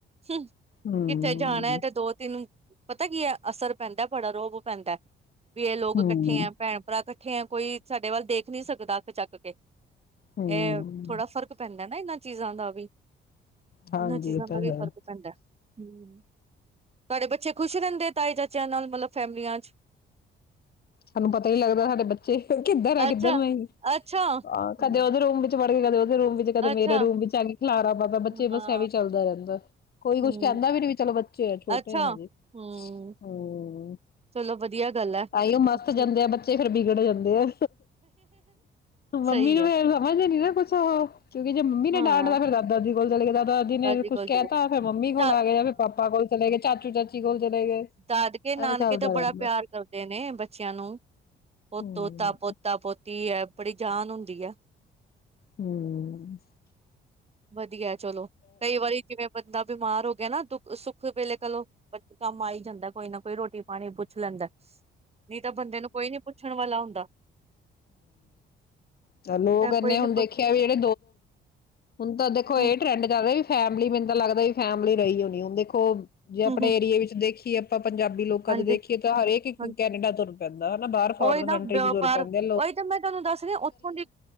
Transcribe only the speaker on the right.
ਹੂੰ
ਕਿੱਥੇ ਜਾਣਾ ਹੈ ਤੇ ਦੋ ਤਿੰਨ ਪਤਾ ਕੀ ਹੈ, ਅਸਰ ਪੈਂਦਾ ਬੜਾ ਰੋਅਬ ਪੈਂਦਾ ਵੀ ਇਹ ਲੋਕ
ਇਕੱਠੇ ਆ, ਭੈਣ-ਭਰਾ ਇਕੱਠੇ ਹੈਂ ਕੋਈ ਸਾਡੇ ਵੱਲ ਦੇਖ ਨੀ ਸਕਦਾ ਅੱਖ ਚੱਕ ਕੇ।
ਇਹ ਥੋੜਾ ਫ਼ਰਕ ਪੈਂਦਾ ਨਾ ਇਹਨਾਂ ਚ ਚੀਜ਼ਾਂ ਦਾ ਵੀ
ਇਹਨਾਂ ਚੀਜ਼ਾਂ
ਦਾ ਵੀ
ਫ਼ਰਕ ਪੈਂਦਾ। ਹੂੰ, ਤੁਹਾਡੇ ਬੱਚੇ ਖੁਸ਼ ਰਹਿੰਦੇ ਤਾਏ ਚਾਚਿਆਂ ਨਾਲ ਮਤਲਬ ਫੈਮਲੀਆਂ ਨਾਲ
ਅੱਛਾ
ਅੱਛਾ ਹਮ
ਅੱਛਾ
ਹਾਂ
ਹਮ
ਅੱਛਾ
ਹਮ
ਚਲੋ ਵਧੀਆ ਗੱਲ ਹੈ।
ਅੱਛੀ
ਸਹੀ
ਹੈ
ਹਾਂ
ਜੀ ਕੋਲ
ਚਲੇ
ਦਾ
ਦਾਦਕੇ-ਨਾਨਕੇ
ਤਾਂ
ਬੜਾ ਪਿਆਰ ਕਰਦੇ ਨੇ ਬੱਚਿਆਂ ਨੂੰ ਨੂੰ ਪ
ਤੋਤਾ ਪੋਤਾ ਪੋਤਾ ਕੀ ਹੈ ਬੜੀ ਜਾਨ ਹੁੰਦੀ ਹੈ
ਵਧੀਆ ਚਲੋ ਕਈ ਵਾਰੀ ਜਿਵੇਂ ਬੰਦਾ ਬਿਮਾਰ ਹੋ ਗਿਆ ਨਾ ਦੁੱਖ ਸੁੱਖ ਵੇਲੇ ਕਲੋ ਕੰਮ ਆਈ ਜਾਂਦਾ ਕੋਈ ਨਾ ਕੋਈ ਰੋਟੀ ਪਾਣੀ ਪੁੱਛ ਲੈਂਦਾ ਨਹੀਂ ਤਾਂ ਬੰਦੇ ਨੂੰ ਕੋਈ ਨੀ ਪੁੱਛਣ ਵਾਲਾ ਹੂ ਤਾਂ
ਨਹੀਂ
ਤਾਂ
ਕੋਈ ਨੀ
ਹਮ
ਹਮ ਹਮ
ਹਾਂਜੀ
ਹਾਂਜੀ
ਉਹੀ ਨਾ
ਵਪਾਰ
ਉਹੀ ਤਾਂ ਮੈਂ ਤੁਹਾਨੂੰ ਦੱਸਦੀ ਉੱਥੋਂ ਦੀ